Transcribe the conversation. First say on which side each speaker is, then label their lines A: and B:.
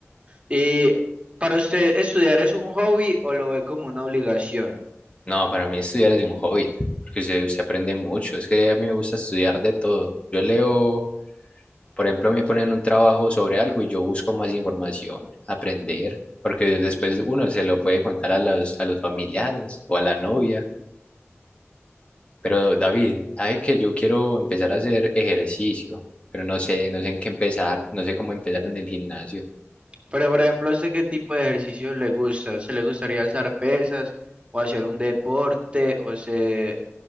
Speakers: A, on the right (about 25°); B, on the left (about 25°).
A: Y para usted, ¿estudiar es un hobby o lo ve como una obligación?
B: No, para mí estudiar es un hobby, porque se, se aprende mucho. Es que a mí me gusta estudiar de todo. Yo leo, por ejemplo, me ponen un trabajo sobre algo y yo busco más información, aprender, porque después uno se lo puede contar a los, a los familiares o a la novia. Pero David, ¿sabe que yo quiero empezar a hacer ejercicio? Pero no sé, no sé en qué empezar, no sé cómo empezar en el gimnasio.
A: Pero, por ejemplo, ¿a usted qué tipo de ejercicio le gusta? ¿A usted le gustaría alzar pesas o hacer un deporte? ¿O sé